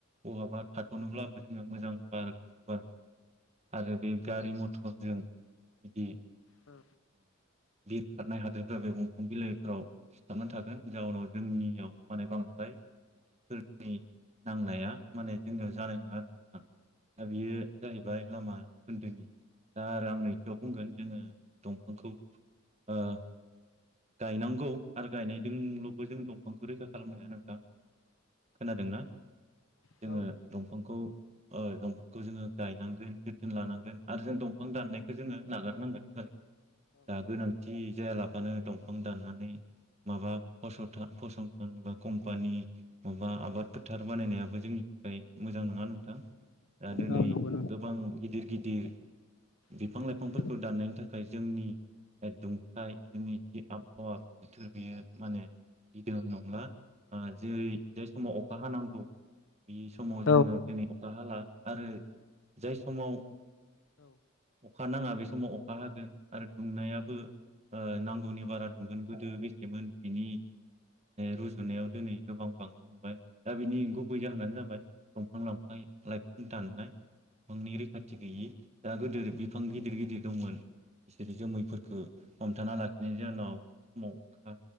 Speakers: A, on the right; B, on the left.
A: बहाबा थाथ'नोब्लाबो जोङो मोजां बार गुस बार मोनगोन आरो बे गारि मथरजों बिदि
B: औ
A: बिरखारनाय हाद्रिफ्रा बे दंफां बिलाइ ओ सिथाबनानै थागोन जाउनाव जोंनियाव माने बांद्राय हाद्रिफोरनि नांनाया माने जोंनियाव जानाय नङा आरो नोंथां दा बियो जाहैबाय लामा खोन्दोनि दा आरो आंनि सियाव बुंगोन जोङो दंफांखौ ओ गायनांगौ आरो गायनायजोंल बो जों दंफांखौ रैखा खालामनो हाया नोंथां खोनादोंना जोङो
B: औ
A: दंफांखौ ओ दंफां खौ जोङो गायनांगोन जोथोन लानांगोन आरो जों दंफां दाननायखौ जोङो नागारनांगोन <unintelligible> दा गोनांथि जायाला फानो दं फां दाननानै माबा फसथा फसं होनबा कम्पानि माबा आबाद फोथार बानायनायाबो जोंनि थाखाय मोजां नङा नोंथां दा दोनै
B: नंगौ
A: गोबां गिदिर गिदिर
B: नोंथां
A: बिफां लाइफांफोरखौ दाननायनि थाखाय जोंनि दुंथाइ जोंनि आबहावा बोथोर बियो माने दिदोम नागला ओ जेरै जाय समाव अखा हानांगौ बे समाव
B: औ नोंथां
A: जोङो दिनै अखा हाला आरो जाय समाव अखा नाङा बे समाव अखा हागोन आरो दुंनायाबो नांगौ बारा दुंगोन गोदो बे मोन बिनि रुजुनायाव दिनै गोबां बांनो हमबाय दा बिनि गुबै जाहोनानो जाबाय दंफां लाांफां लाइफां दाननाय दंफांनि रैखाथि गैयि दा गोदिर बिफां गिदिर गिदिर दंमोन बिसोरो जोमैफोरखो हमथाना लाखिनो <unintelligible> समाव अखा